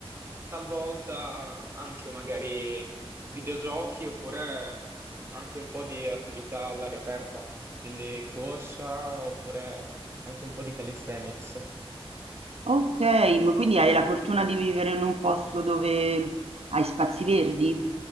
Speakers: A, on the right (about 25°); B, on the right (about 85°).
A: talvolta anche magari videogiochi oppure anche un po' di attività all'aria aperta, quindi corsa oppure anche un po' di calisthenics.
B: ok, ma quindi hai la fortuna di vivere in un posto dove hai spazi verdi?